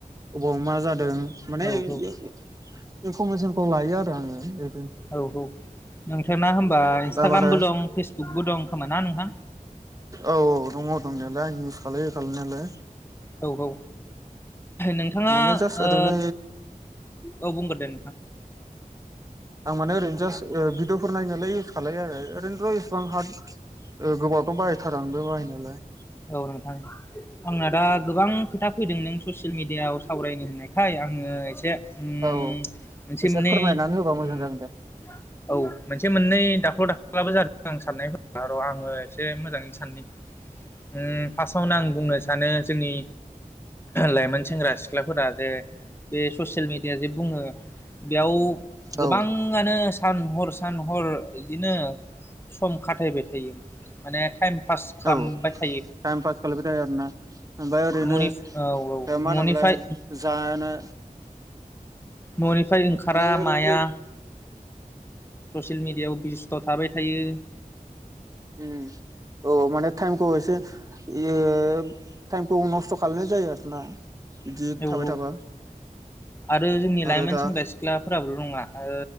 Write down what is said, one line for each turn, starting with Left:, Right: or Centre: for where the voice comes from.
Right: अबाव मा जादों माने
Left: औ
Right: इयाव
Left: औ
Right: इयाव इनफरमेसनखौ लायो आरो आङो। ए
Left: औ औ नोंथांना होमबा इन्सटाग्रामबो
Right: दा माने
Left: दं फेसबुकबो दं खोमा ना नोंथां?
Right: औ औ दङ दंनायालाय आं इउस खालायो खालाय नायालाय।
Left: औ औ नोंथाङा
Right: माने जास्ट ओरैनो
Left: ओ औ बुंग्रो दे <inaudible>
Right: आं माने ओरैनो जास ओ भिडिअ'फोर नायनोलाय इउस खाय आरो ओरैनोथ' इसिबां हार ओ गोबावथ' बाहायथारा आंबो बाहायनायालाय।
Left: औ नोंथां आंना दा गोबां खोथा फैदों नों ससियेल मिडियाआव सावरायनो होननायखाय आङो एसे उम
Right: औ
Left: मोनसे
Right: एसे
Left: मोननै
Right: फोरमायनानै होबा
Left: उम
Right: मोजां जागोन दे
Left: औ मोनसे मोननै दाख्ल' दाख्ल्लाबो जादों आं साननायफोरा' र' आङो एसे मोजाङैनो साननि उम फासावनो आं बुंनो सानो जोंनि लाइमोन सेंग्रा सिख्लाफोरा जे बे ससियेल मेडिया जे बुङो बेयाव गोबाङानो
Right: औ
Left: सान हर हर सान हर इदिनो सम खाथायबाय थायो माने टाइम पास खामबाय
Right: औ टाइम पास खालायबाय थायो आरोना ओमफाय ओरैनो
Left: न'नि औ औ
Right: ओ मा होनोमोबलाय
Left: न'निफ्राय
Right: जानो
Left: मनि फ्राय ओंखारा
Right: माने ओरैनो
Left: माया ससियेल मिडियायाव बिजस्थ' थाबाय थायो
Right: उम अ माने थाइमखौसे इसे इयो ओ टाइमखौ नस्थ' खालायनाय जायो आरोना। बिदि थाबाय
Left: औ औ
Right: थाबा
Left: आरो जोंनि लाइमोन
Right: आरो दा
Left: सेंग्रा सिख्लाफोराबो नङा ओ